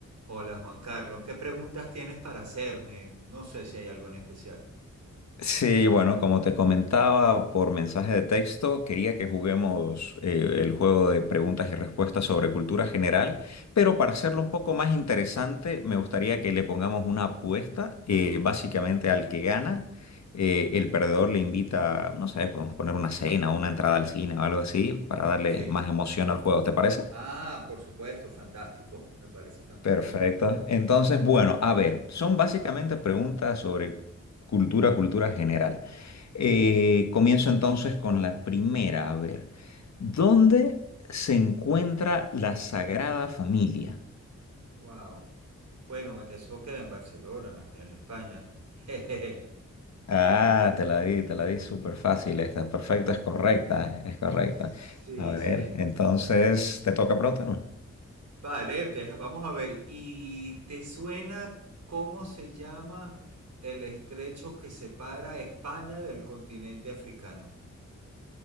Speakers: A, on the right (about 75°); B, on the left (about 65°).
A: Hola Juan Carlos, ¿qué preguntas tienes para hacerme? No sé si hay algo en especial.
B: Sí, bueno, como te comentaba por mensaje de texto, quería que juguemos eh, el juego de preguntas y respuestas sobre cultura general, pero
A: Claro.
B: para hacerlo un poco más interesante, me gustaría que le pongamos una apuesta, eh, básicamente al que gana, eh, el perdedor le invita, no sé, podemos poner una cena, una entrada al cine o algo así, para darle
A: Sí.
B: más emoción al juego, ¿te parece?
A: Ah, por supuesto, fantástico. Me parece fantástico.
B: Perfecto. Entonces, bueno, a ver, son básicamente preguntas sobre cultura, cultura general. Eh, comienzo entonces con la primera, a ver, ¿dónde se encuentra la Sagrada Familia?
A: Wow. Bueno, eso queda en Barcelona, en España. <laughs> Jejeje.
B: Ah, te la di, te la di súper fácil esta. Perfecto, es correcta, es correcta.
A: Sí,
B: A ver,
A: sí.
B: entonces, ¿te toca preguntarme?
A: Vale, deja- vamos a ver. ¿Y te suena cómo se llama el estrecho que separa España del continente africano?